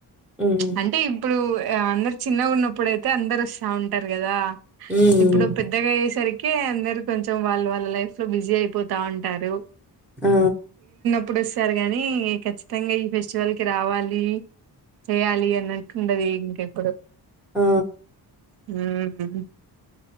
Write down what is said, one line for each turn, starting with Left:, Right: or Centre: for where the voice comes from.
Centre: హ్మ్.
Right: అంటే ఇప్పుడు అందరు చిన్నగా ఉన్నప్పుడైతే అందరు వస్తా ఉంటారు కదా
Centre: హ్మ్.
Right: ఇప్పుడు పెద్దగయ్యేసరికి కే అందరు కొంచం వాళ్ళు వాళ్ళ లైఫ్ లో బిజీ అయిపోతా ఉంటారు
Centre: ఆ
Right: ఇప్పుడు వస్తారు గాని ఖచ్చితంగా ఈ ఫెస్టివల్ కి రావాలి చేయాలి అన్నట్టుండది ఇంకెప్పుడు
Centre: ఆ
Right: హ్మ్